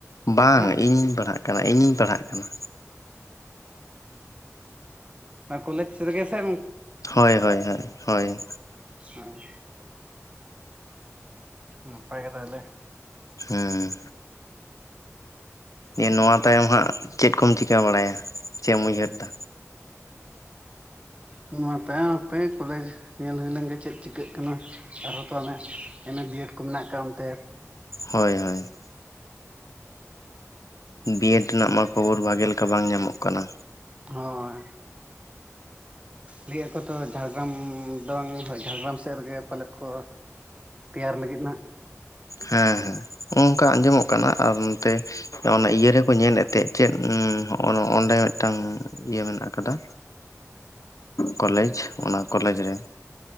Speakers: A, on the left; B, on the right.
A: ᱵᱟᱝ
B: ᱦᱮᱸ
A: ᱤᱧᱤᱧ ᱯᱟᱲᱦᱟᱜ ᱠᱟᱱᱟ ᱤᱧᱤᱧ ᱯᱟᱲᱦᱟᱜ ᱠᱟᱱᱟ᱾
B: ᱚ ᱠᱚᱞᱮᱡᱽ ᱨᱮᱜᱮ ᱥᱮ?
A: ᱦᱳᱭ ᱦᱳᱭ ᱦᱳᱭ ᱦᱳᱭ
B: ᱦᱮᱸ ᱱᱟᱯᱟᱭ ᱜᱮ ᱛᱟᱦᱞᱮ᱾
A: ᱦᱮᱸ ᱫᱤᱭᱮ ᱱᱚᱣᱟ ᱛᱟᱭᱚᱢ ᱦᱟᱸᱜ ᱪᱮᱫ ᱠᱚᱢ ᱪᱤᱠᱟᱹ ᱵᱟᱲᱟᱭᱟ ᱪᱮ ᱮᱢ ᱩᱭᱦᱟᱹᱨ ᱫᱟ?
B: ᱱᱚᱣᱟ ᱛᱟᱭᱚᱢ ᱦᱟᱸᱯᱮ ᱠᱚᱞᱮᱡᱽ ᱧᱮᱞ ᱦᱩᱭ ᱞᱮᱱ ᱜᱮ ᱪᱮᱫ ᱪᱤᱠᱟᱹᱜ ᱠᱟᱱᱟ᱾ ᱟᱨᱦᱚᱸ ᱛᱚ ᱚᱱᱮ ᱮᱢ ᱮ ᱵᱤᱭᱮᱰ ᱠᱚ ᱢᱮᱱᱟᱜ ᱠᱟᱜ-ᱟ ᱚᱱᱛᱮᱼᱼ
A: ᱦᱚᱭ ᱦᱚᱭ᱾ ᱵᱤᱭᱮᱰ ᱨᱮᱱᱟᱜ ᱢᱟ ᱠᱷᱚᱵᱚᱨ ᱵᱷᱟᱜᱮ ᱞᱮᱠᱟ ᱵᱟᱝ ᱧᱟᱢᱚᱜ ᱠᱟᱱᱟ᱾
B: ᱦᱚᱸᱭ᱾ ᱞᱟᱹᱭᱮᱜ-ᱟ ᱠᱚ ᱛᱚ ᱡᱷᱟᱲᱜᱽᱨᱟᱢ ᱫᱚᱝ ᱡᱷᱟᱲᱜᱽᱨᱟᱢ ᱥᱮᱜ ᱨᱮᱜᱮ ᱯᱟᱞᱮᱫ ᱠᱚᱼᱼ ᱛᱮᱭᱟᱨ ᱞᱟᱹᱜᱤᱫ ᱱᱟᱸᱜ᱾
A: ᱦᱮᱸ ᱦᱮᱸ ᱚᱝᱠᱟ ᱟᱸᱡᱚᱢᱚᱜ ᱠᱟᱱᱟ ᱟᱨ ᱱᱚᱛᱮᱼᱼ ᱚᱱᱟ ᱤᱭᱟᱹ ᱨᱮᱠᱚ ᱧᱮᱞᱮᱜ ᱛᱮᱜ ᱪᱮᱫ <unintelligible> ᱱᱚᱸᱰᱮ ᱢᱤᱫᱴᱟᱝᱼᱼ ᱤᱭᱟᱹ ᱢᱮᱱᱟᱜ ᱠᱟᱫᱟ ᱠᱚᱞᱮᱡᱽ ᱚᱱᱟ ᱠᱚᱞᱮᱡᱽ ᱨᱮ᱾